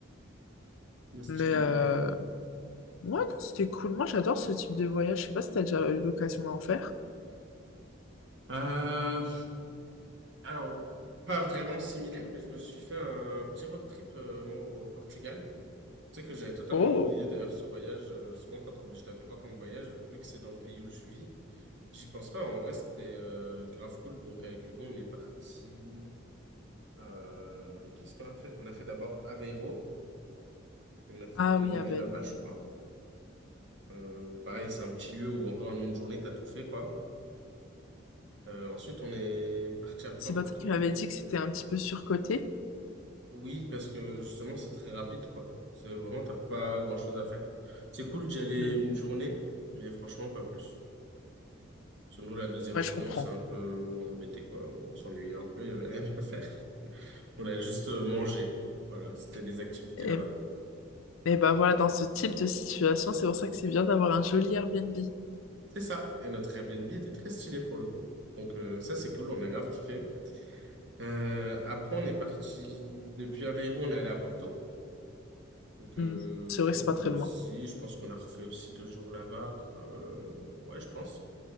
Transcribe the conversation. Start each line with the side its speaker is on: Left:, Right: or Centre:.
Right: Mais stylé,
Left: Mais euh,
Right: en vrai.
Left: ouais, non, c'était cool. Moi, j'adore ce type de voyage. Je sais pas si t'as déjà eu l'occasion d'en faire.
Right: Euh, alors, pas vraiment similaire, mais je me suis fait un petit road trip, euh, moi, au Portugal. Tu sais que j'avais totalement
Left: Oh!
Right: oublié, d'ailleurs, ce voyage. euh, souvent, quand on me dit, je t'as fait quoi comme voyage, vu que c'est dans le pays où je vis. J'y pense pas, en vrai, c'était euh, grave cool. Donc, avec Hugo, on est parti. euh, qu'est-ce qu'on a fait? On a fait d'abord Aveiro. On a fait
Left: Ah
Right: deux
Left: oui,
Right: nuits
Left: avec
Right: là-bas, je crois. Euh, pareil, c'est un petit lieu où, en vrai, en une journée, t'as tout fait, quoi. Euh, ensuite, on est parti à Porto.
Left: C'est Patrick qui m'avait dit que c'était un petit peu surcoté.
Right: Oui, parce que justement, c'est très rapide, quoi. C'est vraiment, t'as pas grand-chose à faire. C'est cool d'y aller
Left: Hmm.
Right: une journée, mais franchement, pas plus. Parce que nous, la deuxième
Left: Ouais,
Right: journée,
Left: je comprends.
Right: on s'est un peu embêté, quoi. On s'ennuyait un peu, il y avait rien à faire. On a juste euh, mangé. Voilà, c'était les activités
Left: Et,
Right: là-bas.
Left: et bah voilà, dans ce type de situation, c'est pour ça que c'est bien d'avoir un joli Airbnb.
Right: C'est ça. Et notre Airbnb était très stylé pour le coup. Donc euh, ça, c'est cool, on a grave kiffé. Euh, après, on est parti depuis Aveiro, on est allé à Porto. Donc
Left: Hmm.
Right: euh,
Left: C'est
Right: trop
Left: vrai que c'est
Right: cool
Left: pas très
Right: aussi.
Left: loin.
Right: Je pense qu'on a refait aussi deux jours là-bas. Euh, ouais, je pense.